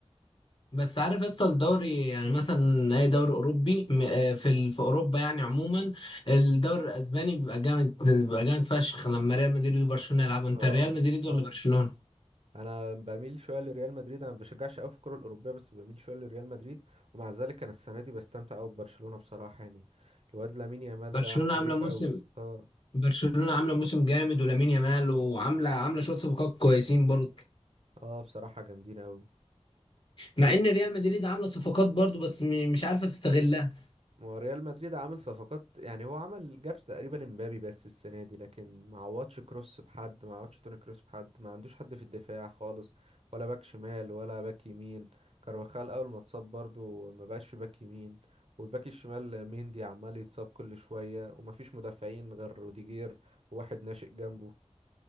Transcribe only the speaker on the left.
بس عارف يا اسطى الدوري يعني مثلا اي دوري اوروبي م- آه، في ال... في اوروبا يعني عموما الدوري الاسباني بيبقى جامد بيبقى جامد فشخ لما ريال مدريد وبرشلونه يلعبوا انت
ريال مدريد
ولا برشلونه
برشلونه
عامله موسم
برشلونه عامله موسم جامد ولامين يامال وعامله عامله شويه صفقات كويسين برضه
مع ان ريال مدريد عامله صفقات برضو بس م- مش عارفه تستغلها